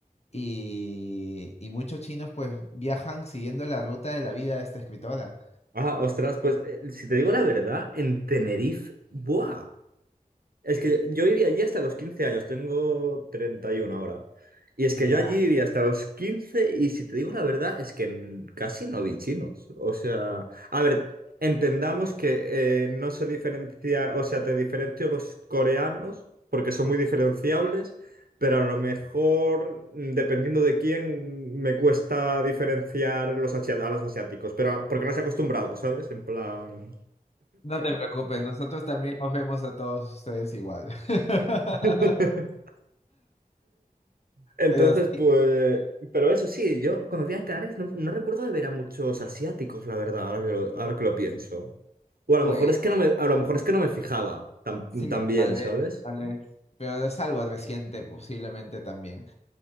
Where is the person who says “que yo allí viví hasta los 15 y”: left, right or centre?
Right